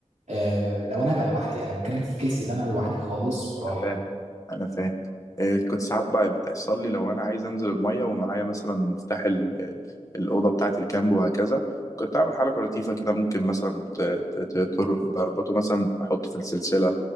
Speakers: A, on the right; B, on the left.
A: آه، لو انا هبقى لوحدي انا بتكلم في كيسي اللي انا لوحدي خالص ورايح
B: انا فاهم انا فاهم إيه، كنت ساعات بقى بتحصل لي لو انا عايز انزل الميه ومعايا مثلا مفتاح ال- الاوضه بتاعه الكامب وهكذا كنت اعمل حركه لطيفه كده ممكن مثلا ت- ت- ت- تر- بربطه مثلا بحطه في السلسله